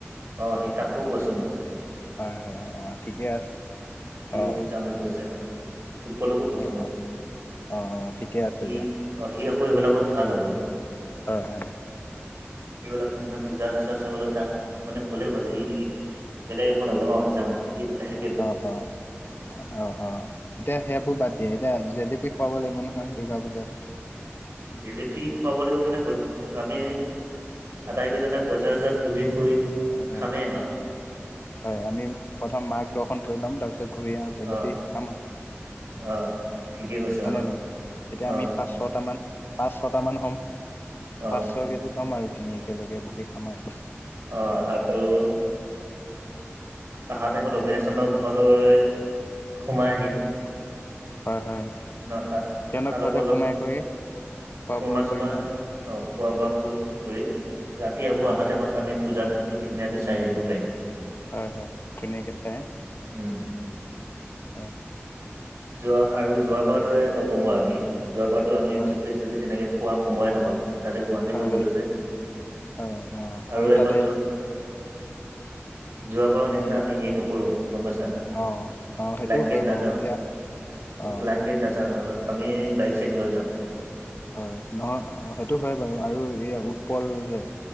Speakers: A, on the right; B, on the left.
A: অ সি তাকো কৈছো মই
B: হয় হয় অ ঠিকে আছে
A: সি
B: অঁ অঁ
A: যাম বুলি কৈছে উৎপলকো কৈছেো
B: অঁ
A: মই
B: অঁ অ অ ঠিকে আছে
A: স
B: দিয়া
A: অ', সি আকৌ এইবিলাকত ভাল আকৌ।
B: হয়, হয়।
A: কি বল মনে পূজাজছছে বল তাত মানে ক'লে হ'লে এই বেলেগ একো নহয় অ' যাম এইটো দুটাহে
B: অ', অ'। অ', অ', এতিয়া সেইবোৰ বাদদে এতিয়া জেলেপি খুৱাব লাগিব নহয় দুৰ্গা পুজাত।
A: জেলেপি খুৱাব লাগিব মানে ক'ত‌ আমি আটাইকেইজনে পইচা চইচা তুলি কৰি
B: হয়,
A: খামেই
B: হয়,
A: আৰু
B: হয় আমি প্ৰথম মাক‌ দৰ্শন কৰি ল'ম তাৰপিছত ঘূৰি আৰু জেলেপি
A: অ
B: খাম আৰু।
A: অ'। ঠিকে কৈছা
B: হয়নে
A: অ
B: নাই? এতিয়া
A: অ
B: আমি পাঁচ ছটামান পাঁচ ছটামান হ'ম
A: অ
B: পাঁচ ছয় কেজি ল'ম আৰু কিনি। একেলগে বহি খাম আৰু।
A: অ', আৰু অহা টাইমত অবিনাশহঁতৰ ঘৰলৈ সোমাই আহিম।
B: হয়, হয়।
A: ন তাৰ
B: সিহঁতৰ
A: তালৈকো
B: ঘৰতে
A: অলপ
B: সোমাই কৰি খোৱা
A: সুলমা
B: বোৱা
A: চুলমা
B: কৰিম আৰু
A: আহ খোৱা বোৱা কৰি ৰাতি আকৌ
B: উম
A: অহা টাইমত আমি পূজাতো ধুনীয়াকে চাই আহিব পাৰিম।
B: হয়, হয় ধুনীয়াকৈ চাই
A: উম
B: হয়।
A: যোৱা আৰু যোৱা বাৰৰ দৰে নকৰো আমি যোৱা বাৰতো আমি
B: হয়
A: জেলপি চেলপি তেনেকে খোৱা সময় নহ'ল। তাতে গুৱাহাটীলৈ
B: হয় হয়
A: গ'লো‌ যে
B: হয় অঁ
A: আৰু এবাৰ
B: তাতে
A: যোৱা <inaudible> যোৱাৰ বাৰৰ
B: তুমি
A: নিচিনা আমি হেৰি নকৰোঁ গম পাইছা
B: অঁ অঁ সেইটোও
A: লাইন‌ গাড়ীত
B: হয় বাৰু
A: নাযাওঁ।
B: এতিয়া অঁ
A: লাইন গাড়ীত নাযাওঁ আমি বাইক চাইক লৈ যাম।
B: হয় নহয় সেইটো হয় বাৰু আৰু এইয়া উৎপল যে।